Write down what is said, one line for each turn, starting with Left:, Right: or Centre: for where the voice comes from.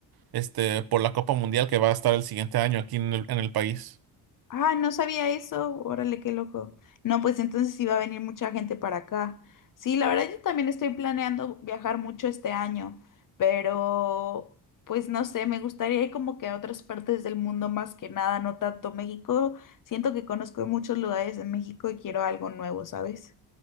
Right: este, por la Copa Mundial que va a estar el siguiente año aquí en el, en el país.
Left: Ah, no sabía eso. Órale, qué loco. No, pues entonces sí va a venir mucha gente para acá. Sí, la verdad yo también estoy planeando viajar mucho este año, pero pues no sé, me gustaría ir como que a otras partes del mundo más que nada, no tanto México. Siento que conozco muchos lugares en México y quiero algo nuevo, ¿sabes?